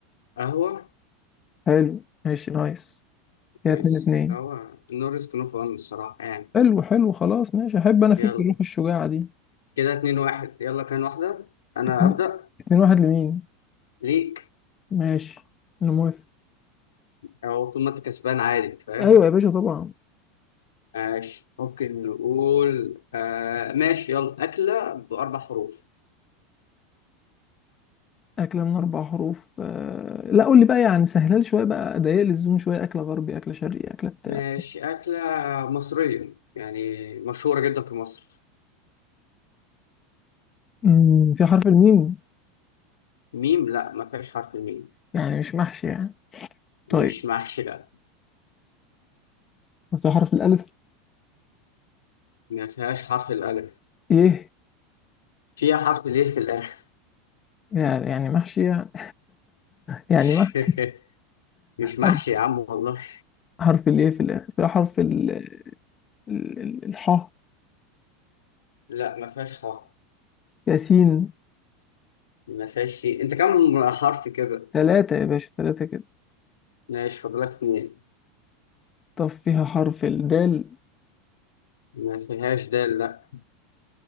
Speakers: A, on the left; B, on the left.
A: قهوه
B: حلو ماشي نايس كده
A: نايس
B: اتنين اتنين
A: قهوه نو ريسك نو فن الصراحه يعني
B: حلو حلو خلاص ماشي احب انا فيك
A: يلا
B: الروح الشجاعة دي
A: كده اتنين واحد يلا كان واحده انا
B: اتنين
A: ابدا
B: اتنين واحد لمين
A: ليك
B: ماشي انا موافق
A: او طول ما انت كسبان عادي فاهم
B: ايوه يا باشا طبعا
A: ماشي ممكن نقول آه ماشي يلا اكله باربع حروف
B: اكلة من اربع حروف آه... لا قول لي بقى يعني سهلها لي شوية بقى ضيق لي الزون شوية اكلة غربي اكلة شرقي اكلة بتاع
A: ماشي اكله مصريه يعني مشهوره جدا في مصر
B: امم في حرف الميم
A: ميم لا ما فيهاش حرف الميم
B: يعني مش محشي يعني
A: مش
B: طيب
A: محشي لا
B: في حرف الالف
A: ما فيهاش حرف الألف
B: ايه
A: فيها حرف ليه في الآخر
B: يعني يعني محشي يعني <laughs> يعني
A: <laughs>
B: محشي
A: مش محشي
B: حرف
A: يا عم والله
B: حرف الايه في الاخر في حرف ال- ال- ال- الحاء
A: لا ما فيهاش حرف
B: ياسين
A: ما فيهاش شيء انت كم حرف كده
B: ثلاثة يا باشا ثلاثة كده
A: ماشي فاضلك اتنين
B: طب فيها حرف الدال
A: ما فيهاش دال لا